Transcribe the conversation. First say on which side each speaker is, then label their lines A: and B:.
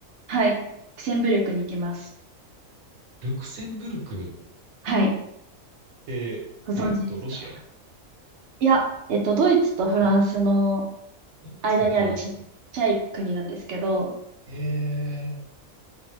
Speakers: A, on the right; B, on the right.
A: はい。ルクセンブルクに行きます。
B: ルクセンブルクっ
A: はい。
B: て、
A: ご存知ですか
B: えーっと、ロシア
A: いや、えっと、ドイツとフランスの
B: え、ドイツとフランス。
A: 間にあるちっちゃい国なんですけど、
B: えー、